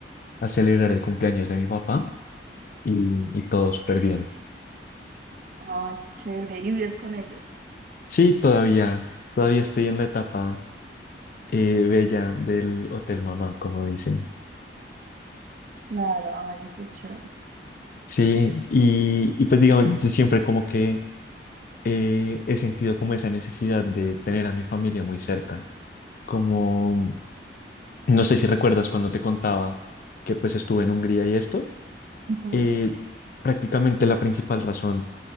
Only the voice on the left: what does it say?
a celebrar el cumpleaños de mi papá y, y todo súper bien.
Sí, todavía, todavía estoy en la etapa eh, bella del Hotel Mamá, como dicen.
Sí, y, y pues digamos, yo siempre como que eh, he sentido como esa necesidad de tener a mi familia muy cerca, Como No sé si recuerdas cuando te contaba que pues estuve en Hungría y esto.
eh, prácticamente la principal razón